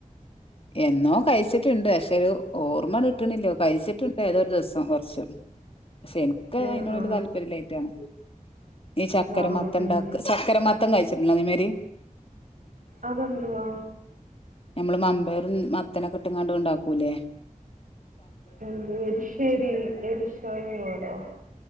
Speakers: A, on the left; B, on the right.
A: എന്നോ കഴിച്ചിട്ടുണ്ട്, പക്ഷെ, ഒരു ഓർമ്മ കിട്ടണില്ല. കഴിച്ചിട്ടുണ്ട്, ഏതൊരു ദിവസം കുറച്ചും. പക്ഷെ, എനിക്ക്
B: ആ
A: അതിനോട്
B: ആ
A: ഒരു താല്പര്യംല്ലായിട്ടാണ്. ഈ ചക്കര
B: ആണോ
A: മത്തൺ
B: ഉം
A: ണ്ടാക. ചക്കര മത്തൻ കഴിച്ചിട്ട്ണ്ടാ അതെ മാരി
B: അതന്തുവാ?
A: നമ്മള് വൺപയറും മത്തനൊക്കെ ഇട്ട്ങ്ങാണ്ട് ഉണ്ടാക്കൂല്ലേ?
B: എന്ത് എരിശ്ശേരി, എരിശരിരോടോ?